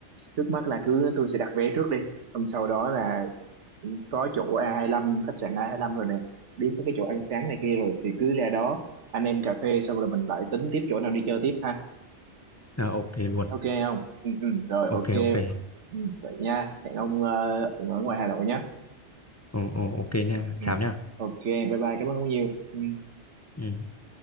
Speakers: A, on the right (about 80°); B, on the left (about 20°).
A: trước mắt là cứ tôi sẽ đặt vé trước đi xong sau đó là có chỗ a hai lăm khách sạn a hai lăm rồi nè biết mấy cái chỗ ăn sáng này kia rồi thì cứ ra đó anh em cà phê xong rồi mình lại tính tiếp chỗ nào đi chơi tiếp ha
B: à, ok luôn
A: ok không ừ, ừ, rồi ok
B: ok ok
A: ừ, vậy nha hẹn ông ờ, ở ngoài Hà Nội nhé
B: ừ, ừ, ok nha
A: ừ.
B: chào nha
A: ok bye bye cảm ơn ông nhiều ừ.
B: ừ.